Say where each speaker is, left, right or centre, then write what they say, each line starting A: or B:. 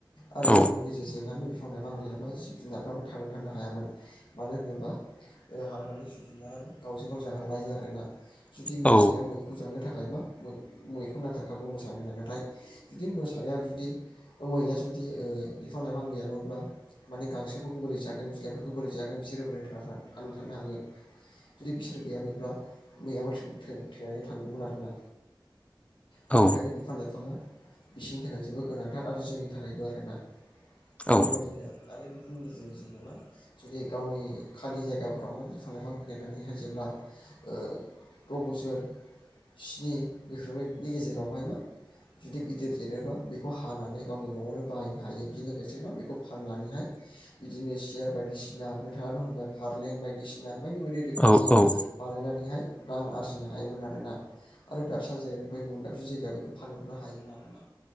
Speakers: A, on the left; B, on the left.
A: आरो
B: औ
A: बेफोरनि गेजेरजोंहाय बिफां लाइफां गैयाबा जिब जुनारफ्राबो थांनानै थानो हायामोन मानो होनोबा ओ हाग्रानि जिब जुनाराना मा गावजों गाव जालायो आरोना जुदि मोसाया
B: औ
A: मैखौ जानो थाखाय मा मैखौ नांथारखागौ मोसानो हाय नाथाय जुदि मोसाया जुदि मैया जुदि बिदि ओ बिफां लाइफां गैयामोनब्ला माने गांसोफोरखौ बोरै जागोन बिलाइफोरखौ बोरै जागोन बिसोरो बोरै थागोन? थानो हागोन। जुदि बिसोर गैयामोनब्ला मैयाबो थै थैनानै थांगौमोन आरोना। बेनिखायनो
B: औ
A: बिफां लाइफाङा बिसिनि थाखाय जोबोद गोनांथार आरो जोंनि थाखायबो आरोना।
B: औ
A: बेफोरबायदिनो आरो <unintelligible> जों जेनबा जुदि गावनि खालि जायगाफोराव मा बिफां लाइफां गायनानैहाय जेब्ला ओ द' बोसोर स्नि बेफोरबायनि गेजेरावहाय मा जुदि गिदिर देरोबा बेखौ हानानै गावनि न'आवनो बाहायनो हायो बिजों लोगोसे मा बेखौ फाननानैहाय बिदिनो सियार बायदिसिना नोंथांआ दं ओमफ्राय फारलें बायदिसिना बायदि बायदि रोखोमनि
B: औ औ
A: बानायनानैहाय रां आरजिनो हायोमोन आरोना। आरो दाबसे जायनिफ्राय गुबुन दाबसे जायगा बेखौ फानहरनो हायोमोन आरोना